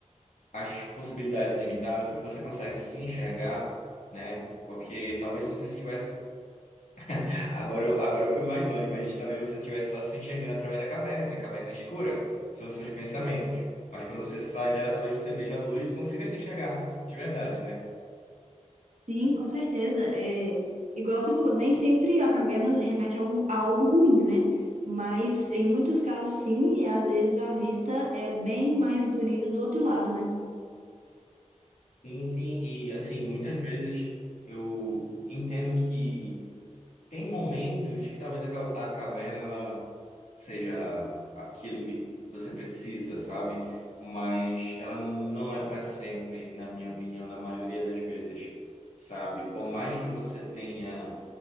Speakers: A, on the left (about 85°); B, on the right (about 70°).
A: as possibilidades ilimitadas, você consegue se enxergar, né? Porque talvez se você estivesse. <laughs> Agora eu, agora eu fui mais longe, mas talvez você estivesse só se enxergando através da caverna, né? A caverna é escura, que são os seus pensamentos. Mas quando você sai dela, talvez você veja a luz e consiga se enxergar, de verdade, né?
B: Sim, com certeza. É, igual você falou, nem sempre a caverna remete a, algum, a algo ruim, né? Mas em muitos casos, sim, e às vezes a vista é bem mais bonita do outro lado, né?
A: Sim, sim, e assim, muitas vezes eu entendo que. Tem momentos que talvez a ca- a caverna ela seja aquilo que você precisa, sabe? Mas ela não é para sempre, na minha opinião, na maioria das vezes, sabe? Por mais que você tenha